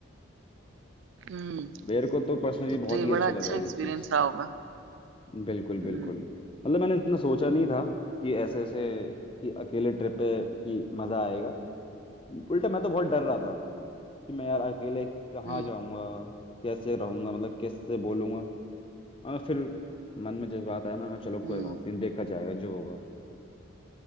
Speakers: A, on the right; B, on the left.
A: हम्म
B: मेरे को तो पर्सनली
A: तब
B: बहुत
A: तो ये
B: ही अच्छा
A: बड़ा अच्छा
B: लगा ये
A: एक्सपीरियंस
B: चीज
A: रहा होगा
B: बिल्कुल
A: हम्म
B: बिल्कुल मतलब मैंने इतना सोचा नहीं था कि ऐसे ऐसे कि अकेले ट्रिप पे कि मजा आएगा उल्टा मैं तो बहुत डर रहा कि मैं यार अकेले कहाँ
A: हम्म
B: जाऊंगा कैसे रहूंगा मतलब कैसे बोलूंगा मगर फिर मन में जज्बात आया मैंने कहा चलो कोई
A: हम्म
B: बात नहीं देखा जाएगा जो होगा